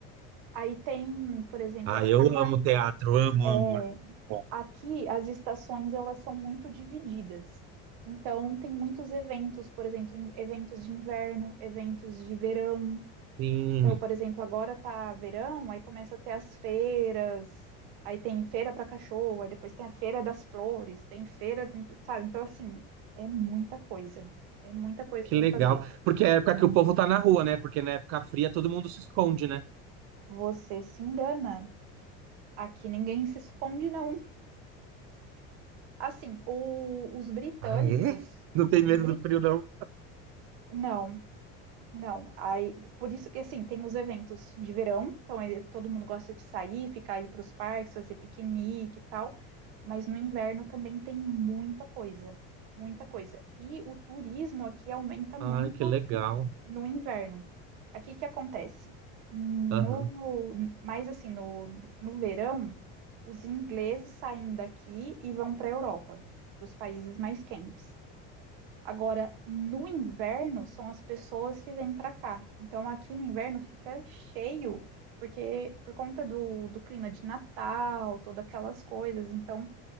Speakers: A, on the right; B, on the right.
A: Aí tem, por exemplo,
B: Ah, eu
A: como
B: amo
A: a-
B: teatro, amo,
A: é,
B: amo. Bom,
A: aqui as estações elas são muito divididas. Então tem muitos eventos, por exemplo, em- eventos de inverno, eventos de verão.
B: Sim,
A: Então, por exemplo, agora tá verão, aí começa a ter as feiras, aí tem feira para cachorro, aí depois tem a feira das flores, tem feira, sabe? Então assim, é muita coisa. É muita coisa
B: que
A: para
B: legal.
A: fazer.
B: Porque é a época que o povo tá na rua, né? Porque na época fria todo mundo se esconde, né?
A: Você se engana. Aqui ninguém se esconde, não. Assim, o- os britânicos,
B: Ah, é? Não tem
A: os
B: medo
A: brit,
B: do frio, não.
A: Não, Não, aí por isso que assim tem os eventos de verão, então eh, todo mundo gosta de sair, ficar aí para os parques, fazer piquenique e tal, mas no inverno também tem muita coisa, muita coisa. E o turismo aqui aumenta muito
B: Ai, que legal.
A: no inverno. Aqui o que acontece? No,
B: Aham.
A: mais assim, no, no verão, os ingleses saem daqui e vão para a Europa, para os países mais quentes. Agora, no inverno, são as pessoas que vêm para cá. Então, aqui no inverno fica cheio, porque por conta do, do clima de Natal, todas aquelas coisas. Então,